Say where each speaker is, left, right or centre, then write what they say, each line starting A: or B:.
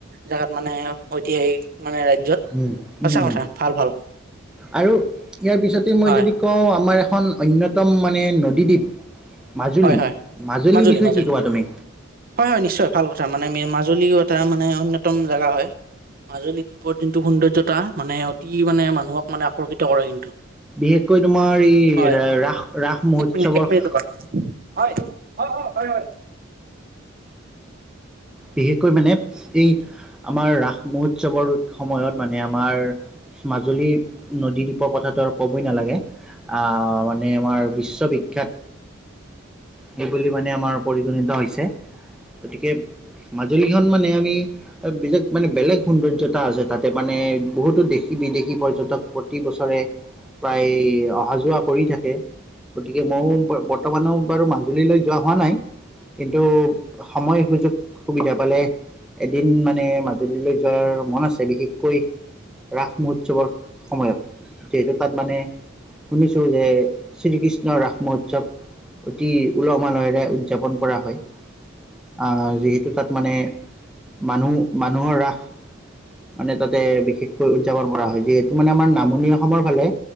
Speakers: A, on the right (about 45°); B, in the centre.
A: জেগাত মানে ঐতিহাসিক মানে ৰাজ্যত
B: উম
A: সঁচা
B: হম
A: কথা ভাল ভাল
B: আৰু ইয়াৰ পিছতেই মই
A: হয়
B: যদি কওঁ আমাৰ এখন অন্যতম মানে নদীদ্বীপ। মাজুলী
A: হয় হয়
B: মাজুলীৰ
A: মাজুলী
B: বিষয়ে
A: মাজুলী
B: কি কবা তুমি?
A: হয় হয় নিশ্চয় ভাল কথা, মানে মাজুলীও এটা মানে অন্যতম জেগা হয়। মাজুলী দ্বীপৰ যোনটো সৌন্দ্যৰ্যতা, মানে অতি মানে মানুহক মানে আকৰ্ষিত কৰে কিন্তু।
B: বিশেষকৈ তোমাৰ ই
A: হয়
B: ৰাস ৰাস মহোৎসৱৰ
A: এক মিনিট এক মিনিট ৰ'বা হয়, হয়, হয়, হয়, হয়।
B: বিশেষকৈ মানে এই আমাৰ ৰাস মহোৎসৱৰ সময়ত মানে আমাৰ মাজুলী নদী দ্বীপৰ কথাটো আৰু ক'বই নালাগে। আ মানে আমাৰ বিশ্ববিখ্যাত। সেই বুলি মানে আমাৰ পৰিগণিত হৈছে। গতিকে মাজুলীখন মানে আমি বেলেগ মানে বেলেগ সৌন্দৰ্যতা আছে তাতে মানে, বহুতো দেশী বিদেশী পৰ্যটক প্ৰতি বছৰে প্ৰায় অহা যোৱা কৰি থাকে। গতিকে মইও বৰ্তমানো বাৰু মাজুলীলৈ যোৱা হোৱা নাই। কিন্তু সময় সুযোগ সুবিধা পালে, এদিন মানে মাজ মাজুলীলৈ যোৱাৰ মন আছে বিশেষকৈ ৰাস মহোৎসৱৰ সময়ত, যিহেতু তাত মানে শুনিছোঁ যে শ্ৰীকৃষ্ণৰ ৰাস মহোৎসৱ অতি উলহ মালহেৰে উদযাপন কৰা হয়, আ যিহেতু তু তাত মানে, মানুহ-মানুহৰ ৰাস মানে তাতে বিশেষকৈ উদযাপন কৰা হয়, যিহেতু মানে আমাৰ নামনি অসমৰ ফালে